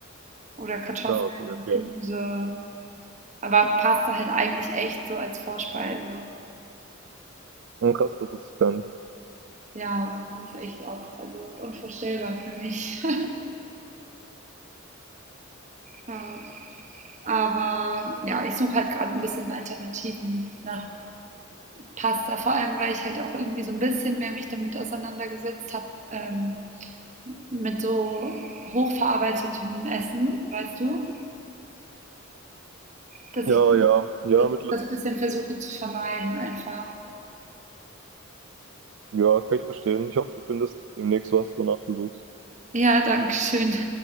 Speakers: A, on the right; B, on the right.
A: oder Kartoffeln
B: Ja, okay, okay.
A: und Gemüse. Aber Pasta halt eigentlich echt so als Vorspeise.
B: Hm, krass, das wusste ich gar nicht.
A: Ja, das ist echt auch also unvorstellbar für mich. <laughs> Ja, aber ja, ich suche halt gerade ein bisschen Alternativen nach Pasta, vor allem weil ich halt auch irgendwie so ein bisschen mehr mich damit auseinandergesetzt habe, ähm, mit so hochverarbeitetem Essen, weißt du, dass
B: Ja,
A: ich das
B: ja, ja,
A: Das
B: mit,
A: das bisschen versuche zu vermeiden einfach.
B: ja, kann ich verstehen. Ich hoffe, du findest demnächst was, wonach du suchst.
A: Ja, danke schön.